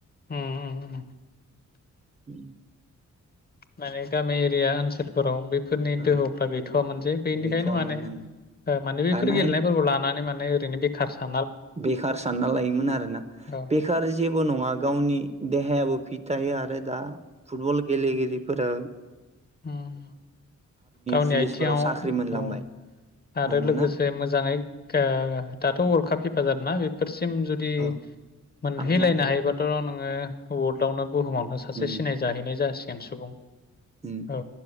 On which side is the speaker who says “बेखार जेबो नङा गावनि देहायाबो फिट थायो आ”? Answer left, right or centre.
Right